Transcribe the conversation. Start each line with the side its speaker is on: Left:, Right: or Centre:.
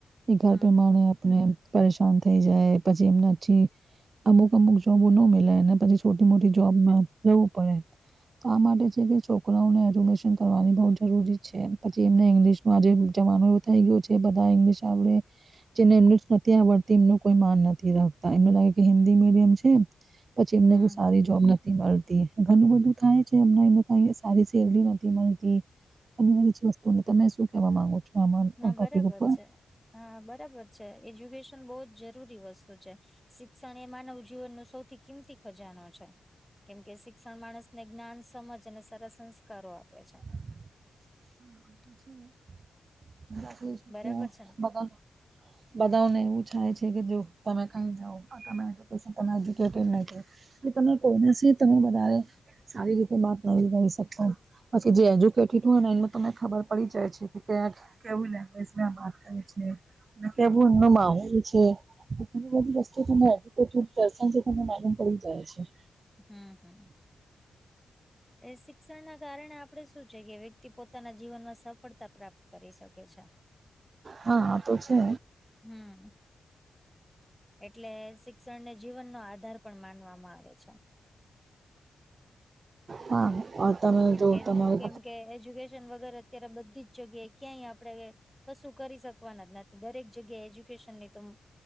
Right: એ ઘર
Centre: હમ
Right: પ્રમાણે આપને પરેશાન થઈ જાય પછી એમનેછી અમુક અમુક જોબો ન મળે ને પછી છોટી મોટી જોબ જવું પડે. તો આ માટે છે કે છોકરાઓને એજ્યુકેશન કરવાની બહુ જરૂરી છે પછી એમને ઇંગ્લિશનું આજે જમાનો એવું થઈ ગયો છે બધા ઇંગ્લિશ આવડે જેને એમને જ નથી આવડતી એમનું કોઈ માન નથી રાખતા એમને લાગે કે હિન્દી મીડિયમ છેમ પછી એમને
Centre: હમ
Right: કોઈ સારી
Centre: હમ
Right: જોબ નથી મળતી ઘણું બધું થાય છે એમ એ કઈ સારી સેલરી નથી મળતી. ઘણી બધી જ વસ્તુઓનેમે શું કહેવા માંગો છો? આમાં
Centre: ના
Right: આ ટોપિક
Centre: બરાબર
Right: ઉપર
Centre: છે. હા બરાબર છે એજ્યુકેશન બહુ જ જરૂરી વસ્તુ છે શિક્ષણ એ માનવ જીવનનો સૌથી કિંમતી ખજાનો છે. કેમ કે શિક્ષણ માણસને જ્ઞાન, સમજ અને સરસ સંસ્કારો આપે છે.
Right: <unintelligible>
Centre: બરાબર છે ને
Right: બધાને એવું થાય છે કે જો તમે કઈ જાાવ <unintelligible> કે તમે કોઈનેથી તમે વધારે સારી રીતે વાત નથી કરી શકો. બાકી જે એજ્યુકેટેડ હોય ને એમાં તને ખબર પડી જાય છે. કેવું લેંગ્વેજ વાત કરી છે અને કેવું એમનો માહોલ છે ઘણી બધી રસ્તો તને એજુકેડ દર્શન તમને માલુમ પડી જાય છે <unintelligible>
Centre: હમ હમ એ શિક્ષણ ના કારણે આપણે શું છે કે વ્યક્તિ પોતાના જીવનમાં સફળતા પ્રાપ્ત કરી શકે છે.
Right: હા આતો છે.
Centre: હમ એટલે શિક્ષણ ને જીવનનો આધાર પણ માનવામાં આવે છે.
Right: હા તમે
Centre: કેમકે
Right: જો તમારે
Centre: કેમ કે એજ્યુકેશન વગર અત્યારે બધી જ જગ્યાએ ક્યાંય આપડે કશું કરી શકવાના જ નથી દરેક જગ્યાએ એજ્યુકેશનની તો-